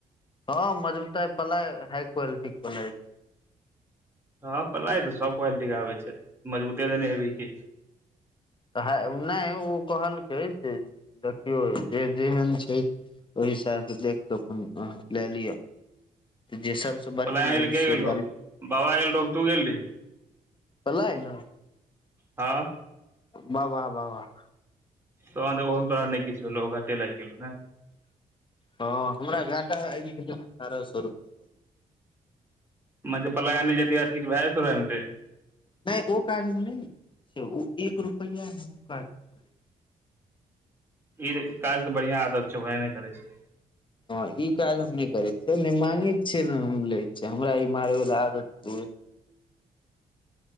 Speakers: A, on the left; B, on the right.
A: हँ मजबुताइ पलाइ हाई क्वालिटी के
B: हँ पलाय त सब क्वालिटी के आबै छै मजबूते देने हेबही कि
A: त नै ओ कहलकै जे देखियौ जे जेहन छै ओहि हिसाबसँ देख कऽ अपन अ लए लिअ जे सब छ बढ़िआ
B: पलाय आनै ले
A: रहै
B: के
A: से
B: गेल रहो
A: दल
B: बाबा गेल रहो कि तू गेल रही
A: पलायऽ
B: हँ
A: वाह वाह वाह वाह
B: तहन ओहोमे तोरा नै किछ भेलौ ओ घाटे लागि गेलौ ने
A: हँ हमरा घाटा अठारह सए रुपआ
B: म जे पलाय आनलिये तहिया स किछ भए
A: नहि ओ काज हम नहि ने करै छियै ओ एक रुपैया ओ काज करै
B: ई काज तऽ बढ़ियां आदत छौभाय ने करे छै
A: हँ ई काज हम नै करै छियै नहि मागे छियै ने हम लै छियै हमरा ई मारै वाला आदत